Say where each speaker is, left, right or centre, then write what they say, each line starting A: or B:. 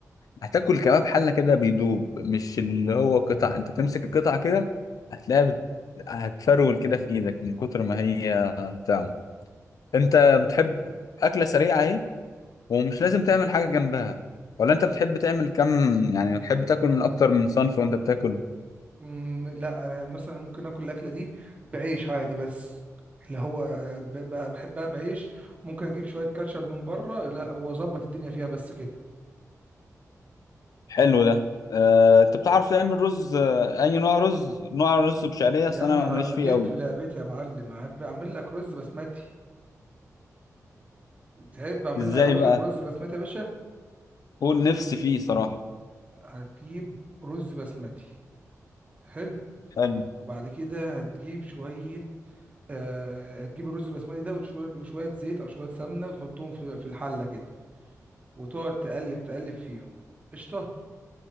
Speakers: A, on the left; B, on the right.
A: هتاكل كباب حلة كده بيدوب مش اللي هو قطع انت تمسك القطعة كده هتلاقيها بت... هتفرول كده في ايدك من كتر ما هي تعمل انت بتحب أكلة سريعة اهي ومش لازم تعمل حاجة جنبها ولا انت بتحب تعمل كم يعني بتحب تاكل من اكتر من صنف وانت بتاكل
B: مم، لا انا مثلا ممكن اكل الاكله دي بعيش عادي بس اللي هو آه، ب- ب- بحبها بعيش ممكن اجيب شويه كاتشب من بره لا واظبط الدنيا فيها بس كده
A: حلو ده آه، انت بتعرف تعمل رز آه، اي نوع رز نوع رز بشعرية اصل
B: يا
A: انا
B: نهار
A: ماليش فيه
B: جيت
A: قوي
B: في لعبتي يا معلم احب اعمل لك رز بسمتي تحب اعمل
A: ازاي
B: لك اقول
A: بقى
B: لك رز بسمتي يا باشا
A: قول نفسي فيه صراحة
B: هتجيب رز بسمتي حلو
A: حلو
B: وبعد كده هتجيب شويه آه، هتجيب الرز البسمتي ده وشويه وشوية زيت او شويه سمنه وتحطهم في في الحله كده وتقعد تقلب تقلب فيهم قشطه